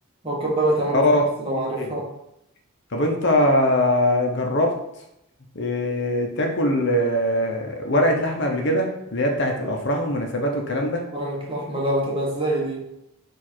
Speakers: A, on the right (about 25°); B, on the left (about 55°).
A: لو كباب بتعمله
B: اه
A: في كبس لو
B: ممكن
A: عارفها
B: طب انت جربت آه تاكل آه ورقة لحمة قبل كده اللي هي بتاعت الافراح والمناسبات والكلام ده
A: ورقة لحمة لا بتبقى ازاي دي